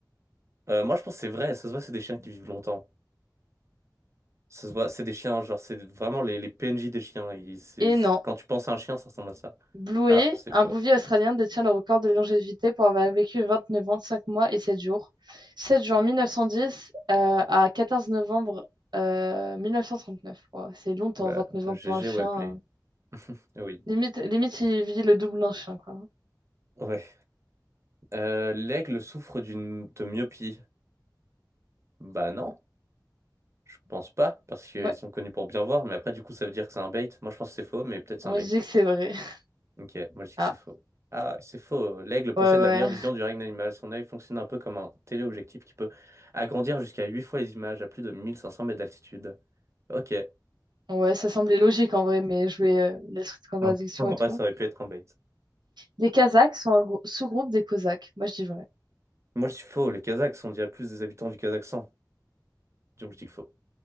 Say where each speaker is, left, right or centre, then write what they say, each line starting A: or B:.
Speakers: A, on the right; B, on the right.
A: euh, moi je pense que c'est vrai, ça se voit, c'est des chiens qui vivent longtemps. Ça se voit, c'est des chiens, genre c'est vraiment les, les PNJ des chiens. Ils- c'est-
B: Et
A: c'est-
B: non.
A: Quand tu penses à un chien, ça ressemble à ça.
B: Bluey,
A: Ah, c'est
B: un
A: faux.
B: bouvier australien, détient le record de longévité pour avoir vécu 29 ans, 5 mois et 7 jours. 7 juin 1910 euh, à 14 novembre euh, 1939. Ouais, c'est longtemps,
A: Bah,
B: 29
A: GG,
B: ans pour un chien.
A: well play. Ah Oui.
B: Limite, limite il vit le double d'un chien, quoi.
A: Ouais. Euh, l'aigle souffre d'une de myopie. Bah non, je pense pas, parce qu'ils
B: Ouais,
A: sont connus pour bien voir, mais après du coup ça veut dire que c'est un bait. Moi je pense que c'est faux, mais peut-être c'est
B: on m'a
A: un bait.
B: dit que c'est vrai. <laughs>
A: Ok, moi je dis
B: Ah,
A: que c'est faux. Ah, c'est faux. L'aigle
B: ouais,
A: possède
B: ouais.
A: la meilleure vision du règne animal. Son œil fonctionne un peu comme un téléobjectif qui peut agrandir jusqu'à 8 fois les images à plus de 1500 mètres d'altitude. Ok.
B: Ouais, ça semblait logique en vrai, mais je vais euh, la suite de contradiction
A: Ah. En
B: et tout.
A: vrai, ça aurait pu être un bait.
B: Les Kazakhs sont un grou- sous-groupe des Cosaques. Moi, je dis vrai.
A: Moi, je dis faux. Les Kazakhs, on dirait plus des habitants du Kazakhstan. Donc, je dis faux.